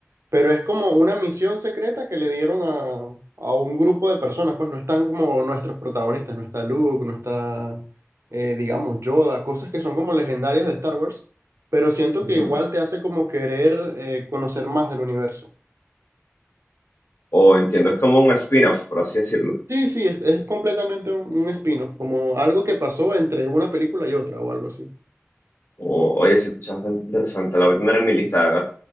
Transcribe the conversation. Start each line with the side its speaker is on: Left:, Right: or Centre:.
Right: Pero es como una misión secreta que le dieron a, a un grupo de personas, pues no están como nuestros protagonistas, no está Luke, no está, eh, digamos, Yoda, cosas que son como legendarias de Star Wars, pero siento
Left: Ujú.
Right: que igual te hace como querer eh, conocer más del universo.
Left: O entiendo, es como un spin-off, por así decirlo.
Right: Sí, sí, es, es completamente un, un spin-off, como algo que pasó entre una película y otra o algo así.
Left: O, oye, se escucha bastante interesante, la voy a tener en mi lista de ver.